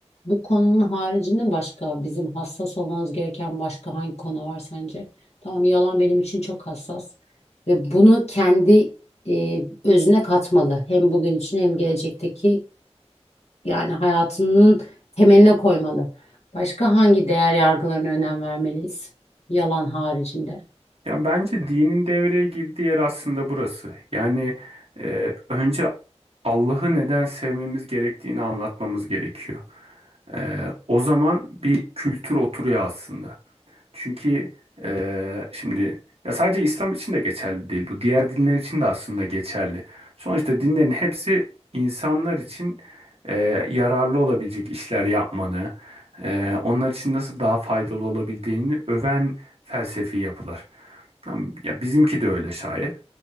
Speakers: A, on the left; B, on the right.
A: bu konunun haricinde başka bizim hassas olmamız gereken başka hangi konu var sence? Tamam yalan benim için çok hassas ve bunu kendi e, özüne katmalı. Hem bugün için hem gelecekteki yani hayatının temeline koymalı. Başka hangi değer yargılarına önem vermeliyiz? Yalan haricinde.
B: Ya bence dinin devreye girdiği yer aslında burası. Yani e, önce Allah'ı neden sevmemiz gerektiğini anlatmamız gerekiyor. E, o zaman bir kültür oturuyor aslında. Çünkü e, şimdi ya sadece İslam için de geçerli değil bu. Diğer dinler için de aslında geçerli. Sonuçta dinlerin hepsi insanlar için e, yararlı olabilecek işler yapmanı, e, onlar için nasıl daha faydalı olabildiğini öven felsefi yapılar. Tamam, Ya bizimki de öyle şayet.